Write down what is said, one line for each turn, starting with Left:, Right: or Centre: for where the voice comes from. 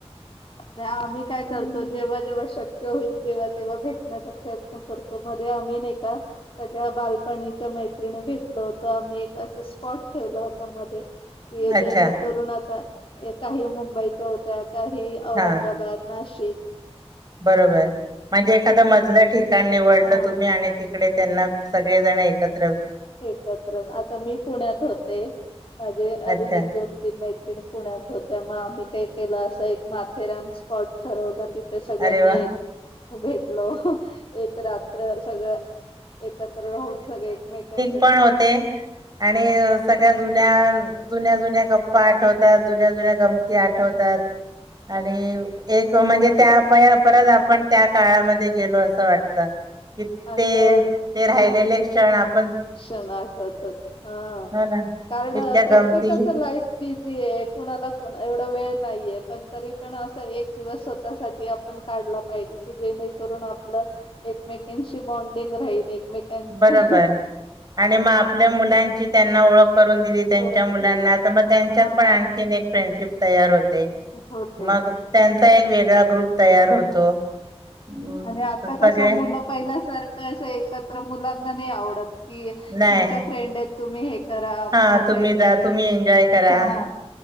Left: नाही आम्ही काय करतो जेव्हा जेव्हा शक्य होईल तेव्हा तेव्हा भेटण्याचा प्रयत्न करतो मध्ये आम्ही एका सगळ्या बालपणीच्या मैत्रि भेटलो होतो आम्ही एक असं स्पॉट ठेवला होता मध्ये कि
Right: अच्छा
Left: जेणेकरून आता काही मुंबईच्या होत्या काही औरंगाबाद,
Right: हा
Left: नाश शिक.
Right: बरोबर म्हणजे एखाद मधल्या ठिकाण निवडलं
Left: हा
Right: तुम्ही आणि तिकडे त्यांना सगळे जण येतात
Left: एकत्र आता मी पुण्यात होते माझे अजून
Right: अच्छा
Left: एक दोन तीन मैत्रिणी पुण्यात होत्या मग आम्ही काही केलं अस एक माथेरान स्पॉट ठरवला तिथे सगळ्यांनी
Right: अरे वा
Left: येत भेट हॅलो एक रात्र सगळं एकत्र राहून सगळे एकमेकां
Right: ते पण होते आणि सगळ्या जुन्या जुन्या जुन्या गप्पा आठवतात जुन्या जुन्या गमती आठवतात आणि एक म्हणजे त्या परत आपण त्या काळामध्ये गेलो असं वाटत इथे
Left: आणि अ,
Right: गेलेले क्षण आप
Left: क्षण आठवतात हा
Right: हो ना
Left: कारण
Right: इतक्या
Left: प्रत्येकाच
Right: गमती
Left: लाईफ बिझी आहे कुणाला एवढा वेळ नाहीये पण तरी पण अस एक दिवस स्वतःसाठी आपण काढला पाहिजे की जेणेकरून आपलं एकमेकांशी बॉनडिंग राहील मीटनचं
Right: बरोबर आणि मग आपल्या मुलांची त्यांना ओळख करून दिली, त्यांच्या
Left: ओळख
Right: मुलांना
Left: होईल
Right: तर मग त्यांच्यात
Left: हा
Right: पण आणखीन एक फ्रेंडशिप तयार होते ते
Left: होते
Right: मग त्या चा एक वेगळा ग्रुप तयार होतो सगळे
Left: अरे आता कस मुलं पहिल्यासारखं अस एकत तर मुलांना नाही आवडत कि
Right: नाही
Left: तुमच्या फ्रेंड आहेत तुम्ही हे करा आपले
Right: हा तुम्ही
Left: फ्रेंड
Right: जा
Left: वेगळे
Right: तुम्ही एन्जॉय करा,
Left: हा